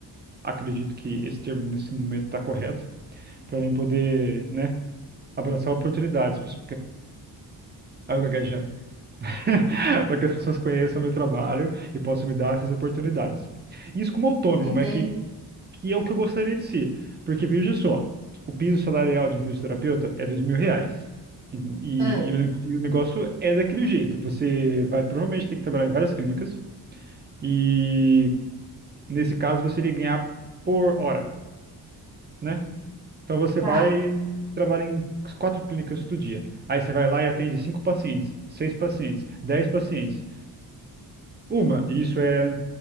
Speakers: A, on the right (about 25°); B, on the right (about 55°).
A: Acredito que esse termo nesse momento está correto para eu poder, né, abraçar oportunidades para as para gaguejando. <laughs> para que as pessoas conheçam meu trabalho e possam me dar essas oportunidades. Isso como autônomo,
B: entendi.
A: é que e é o que eu gostaria de ser. Porque veja só, o piso salarial de um fisioterapeuta é dois mil reais. E,
B: Ah,
A: e o, nego- e o negócio é daquele jeito. Você vai provavelmente ter que trabalhar em várias clínicas e nesse caso você iria ganhar por hora, né? Então você
B: tá.
A: vai trabalha em quatro clínicas do dia. Aí você vai lá e atende cinco pacientes, seis pacientes, dez pacientes. Uma, e isso é,